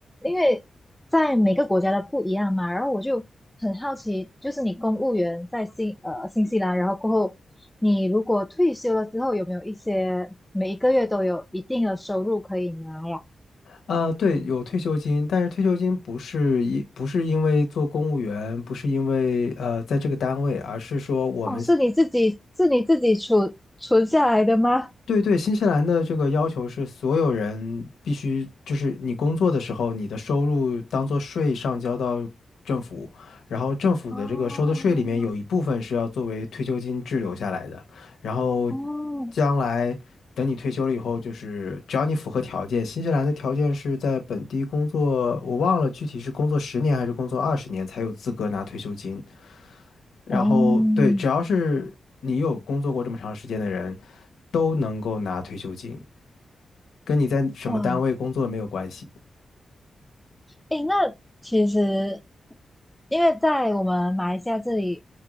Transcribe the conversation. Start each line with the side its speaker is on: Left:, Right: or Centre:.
Centre: 因为在每个国家的不一样嘛，然后我就很好奇，就是你公务员在新呃新西兰，然后过后你如果退休了之后，有没有一些每一个月都有一定的收入可以拿呀？
Left: 啊，对，有退休金，但是退休金不是因不是因为做公务员，不是因为呃在这个单位，而是说我们
Centre: 哦，是你自己是你自己存存下来的吗？
Left: 对对，新西兰的这个要求是所有人必须，就是你工作的时候，你的收入当做税上交到政府，然后政府的这个收的税里面有一部分是要作为退休金滞留下来的，
Centre: 哦
Left: 然后
Centre: 哦
Left: 将来等你退休了以后，就是只要你符合条件，新西兰的条件是在本地工作，我忘了具体是工作十年还是工作二十年才有资格拿退休金，然后对，
Centre: 哦，
Left: 只要是你有工作过这么长时间的人。都能够拿退休金，跟你在什么单位工作没有关系
Centre: 哇，诶，那其实因为在我们马来西亚这里，